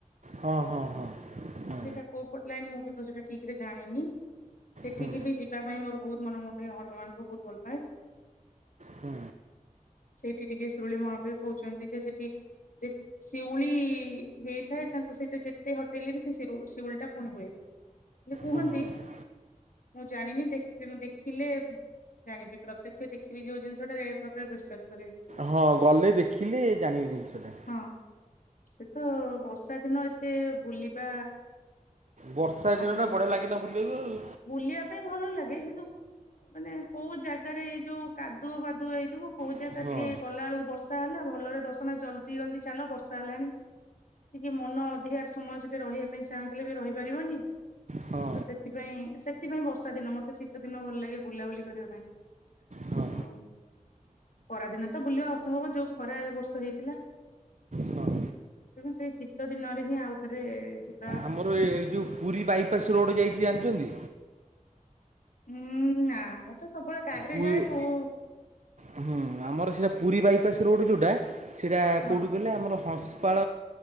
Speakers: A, on the right; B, on the left.
A: ହଁ ହଁ ହଁ ହୁଁ
B: ସେଇଟା କୋଉ ପଟ ଲାଇନ ମୁଁ କିନ୍ତୁ ସେଟା ଠିକ ରେ ଜାଣିନି ସେଠିକି
A: ହୁଁ
B: ବି ଯିବା ପାଇଁ ମୋର ବହୁତ ମନୋ ମୁଁ ଟିକେ ହନୁମାନଙ୍କୁ ବହୁତ ଭଲ ପାଏ।
A: ହୁଁ
B: ସେଇଠି ଟିକେ ସୁରୁଳି ମହାବୀର କହୁଛନ୍ତି ଯେ ସେଠି ଯେ ଶିଉଳି ହେଇଥାଏ ତାଙ୍କୁ ସେଇଟା ଯେତେ ହଟେଇଲେ ବି ସେ ଶିଉଳି ଟା ପୁଣି ହୁଏ। ହେଲେ କୁହନ୍ତି।
A: ହଁ ହଁ
B: ମୁଁ ଜାଣିନି ଦେ ତେଣୁ ଦେଖିଲେ ଜାଣିବି ପ୍ରତ୍ୟକ୍ଷ ଦେଖିବି ଯୋଉ ଜିନିଷ ଟା ଜାଣିବା ଉପରେ ବିଶ୍ୱାସ କରିବି।
A: ହଁ ଗଲେ ଦେଖିଲେ ଜାଣିବେ ଜିନିଷଟା।
B: ହଁ ଏ ତ ବର୍ଷା ଦିନ ଏତେ ବୁଲିବା
A: ବର୍ଷା
B: ସମ୍ଭବ
A: ଦିନ ଟା ବଢିଆ
B: ନୁହଁ
A: ଲାଗେନା ବୁଲିବାକୁ ଆଉ।
B: ବୁଲିବା ପାଇଁ ଭଲ ଲାଗେ କିନ୍ତୁ ମାନେ କୋଉ ଜାଗାରେ ଏଇ ଯୋଉ କାଦୁଅ ଫାଦୁଅ ହେଇଥିବ। କୋଉ
A: ଆଉ।
B: ଜାଗା ଟିକେ ଗଲା ବେଳକୁ ବର୍ଷା ହେଲା ଭଲରେ ଦର୍ଶନ ଜଲଦି ଜଲଦି ଚାଲ ବର୍ଷା ହେଲାଣି। ଟିକେ ମନ ଅଧିକାର ସମୟ ସେଠି ରହିବା ପାଇଁ ଚାହୁଁଥିଲେ ବି ରହିପାରିବନି।
A: ହଁ
B: ତ ସେଥିପାଇଁ ସେଥିପାଇଁ ବର୍ଷା ଦିନ ମତେ ଶୀତ ଦିନ ଭଲ ଲାଗେ ବୁଲାବୁଲି କରିବା ପାଇଁ।
A: ହଁ ହଁ
B: ହଉ। ଖରା ଦିନ ତ ବୁଲିବା ଅସମ୍ଭବ ଯୋଉ ଖରା ଏ ବର୍ଷ ହେଇଥିଲା।
A: ହଁ।
B: ତେଣୁ ସେଇ ଶୀତ ଦିନରେ ହିଁ ଆଉ ଥରେ ଯିବୁ।
A: ଆମର ଏ ଯୋଉ ପୁରୀ ବାଇପାସ୍ ରୋଡ଼
B: ପାଇଁ
A: ଯାଇଚି ଜାଣିଛନ୍ତି?
B: ଉଁ ନା ମୁଁ ତ ସବୁବେଳେ କାଡିରେ
A: ପୁ
B: ଯାଏ କଉ
A: ହୁଁ ଆମର ସେଇଟା ପୁରୀ ବାଇପାସ୍ ରୋଡ଼ ଯୋଉଟା ସେଇଟା
B: ହଁ
A: କେଉଁଠୁ ଗଲେ ଆମର ହମ୍ପସ ଗୋପାଳ